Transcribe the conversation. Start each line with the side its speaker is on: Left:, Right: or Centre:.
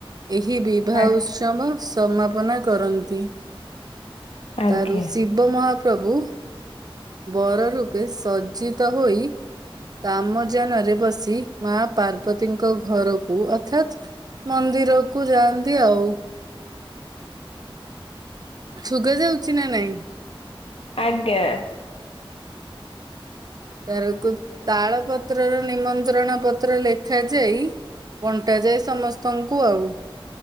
Right: ଏହି ବିବାହ
Left: ଆ-
Right: ଉତ୍ସ ଵ ସମାପନା କରନ୍ତି
Left: ଆଜ୍ଞା।
Right: ତା ୠଷି ଶିବ ମହାପ୍ରଭୁ ବର ରୂପେ ସଜ୍ଜିତ ହୋଇ ତାମଜାନରେ ବସି ମା ପାର୍ବତୀଙ୍କ ଘରକୁ ଅର୍ଥାତ୍ ମନ୍ଦିରକୁ ଯାଆନ୍ତି ଆଉ ସୁୁଭାଯାଉଛି ନା ନାଇଁ?
Left: ଆଜ୍ଞା।
Right: ତାରକୁ ତାଳ ପତ୍ରର ନିମନ୍ତ୍ରଣ ପତ୍ର ଲେଖା ଯାଇ ବଣ୍ଟାଯାଏ ସମସ୍ତଙ୍କୁ ଆଉ